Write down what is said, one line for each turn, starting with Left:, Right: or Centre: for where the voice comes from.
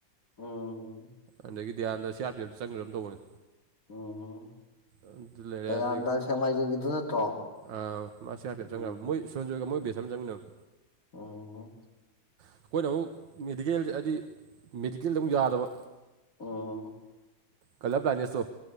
Left: ꯎꯝ
Right: ꯑꯗꯒꯤ ꯗꯌꯥꯥꯟꯟꯗ ꯁꯤ ꯑꯥꯔ ꯄꯤ ꯑꯦꯐꯇ ꯆꯪꯒ꯭ꯔꯒꯨꯝ ꯇꯧꯕꯅꯦ
Left: ꯎꯝ
Right: ꯑꯗꯨ ꯂꯩꯔꯦ
Left: ꯂꯩꯔꯥꯝꯗ
Right: ꯑꯗ
Left: ꯁꯦꯡꯃꯥꯏꯖꯤꯡꯒꯤꯗꯨ ꯅꯠꯇ꯭ꯔꯣ
Right: ꯑ ꯃꯥ ꯁꯤ ꯑꯥꯔꯄꯤꯌꯦꯞ
Left: ꯎꯝ
Right: ꯆꯡꯒ꯭ꯔꯅꯦ <inaudible> ꯁꯨꯔꯟꯖꯣꯏꯒ ꯃꯣꯏ ꯕꯦꯁ ꯑꯝꯗ ꯆꯪꯃꯤꯟꯅꯕꯅꯦ
Left: ꯑꯣ
Right: ꯑꯩꯈꯣꯏꯅ ꯑꯃꯨꯛ ꯃꯦꯗꯤꯀꯦꯜꯖꯦ ꯍꯥꯏꯗꯤ ꯃꯦꯗꯤꯀꯦꯜꯗ ꯑꯃꯨꯛ ꯌꯥꯗꯕ
Left: ꯎꯝ
Right: ꯀꯜꯂꯔ ꯕ꯭ꯂꯥꯏꯟꯅꯦꯁ ꯇꯣ